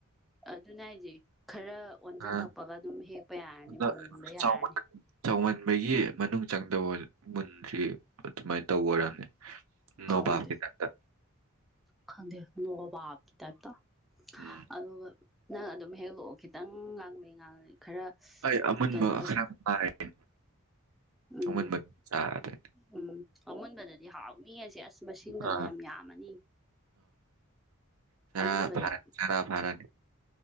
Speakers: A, in the centre; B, on the right (about 80°).
A: ꯑꯗꯨꯅ ꯑꯩꯁꯦ ꯈꯔ ꯑꯣꯟꯁꯤꯜꯂꯛꯄꯒ
B: ꯑꯥ
A: ꯑꯗꯨꯝ ꯍꯦꯛꯄ ꯌꯥꯔꯅꯤ
B: ꯑꯗꯣ
A: ꯃꯨꯟꯕ ꯌꯥꯔꯅꯤ
B: ꯆꯥꯎꯃꯟ ꯆꯥꯎꯃꯟꯕꯒꯤ ꯃꯅꯨꯡ ꯆꯪꯗꯕ ꯃꯨꯟꯗ꯭ꯔꯤ ꯑꯗꯨꯃꯥꯏꯅ ꯇꯧꯕ ꯑꯣꯏꯔꯝꯅꯤ ꯅꯣꯕꯥꯞꯀꯤ
A: ꯈꯪꯗꯦ
B: ꯇꯥꯏꯞꯇ
A: ꯈꯪꯗꯦ ꯅꯣꯕꯥꯞꯀꯤ ꯇꯥꯏꯞꯇ
B: ꯎꯝ
A: ꯑꯗꯨꯒ ꯅꯪ ꯑꯗꯨꯝ ꯍꯦꯛꯂꯛꯑꯣ ꯈꯤꯇꯪ ꯉꯥꯡ ꯗꯤ ꯉꯥꯡꯂꯤ ꯈꯔ
B: ꯑꯩ ꯑꯃꯨꯟꯕ
A: ꯀꯩꯅꯣ ꯑꯣꯏꯁ
B: ꯈꯔ ꯉꯥꯏ
A: ꯎꯝ
B: ꯑꯃꯨꯟꯕ ꯆꯥꯔꯗꯤ
A: ꯎꯝ ꯑꯃꯨꯟꯕꯗꯗꯤ ꯍꯥꯎꯅꯤ ꯑꯁ ꯃꯁꯤꯡꯒꯗꯣ
B: ꯑꯥ
A: ꯌꯥꯝ ꯌꯥꯝꯃꯅꯤ
B: ꯆꯥꯔꯥ
A: ꯑꯃꯨꯟꯕꯗ
B: ꯐꯥꯔꯦ ꯆꯥꯔꯥ ꯐꯥꯔꯦ